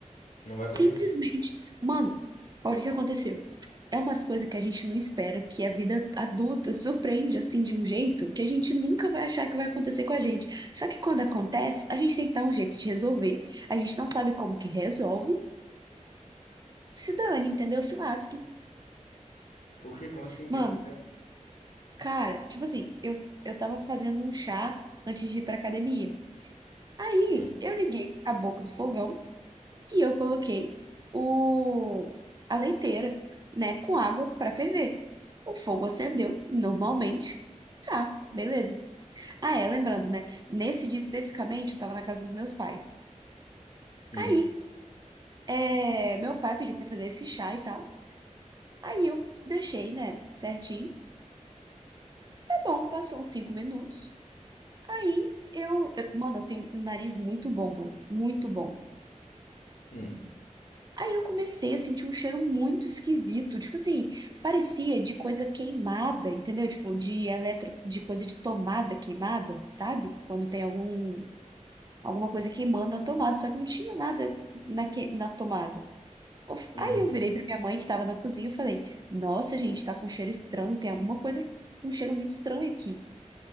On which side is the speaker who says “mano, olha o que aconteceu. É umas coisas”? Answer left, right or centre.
Right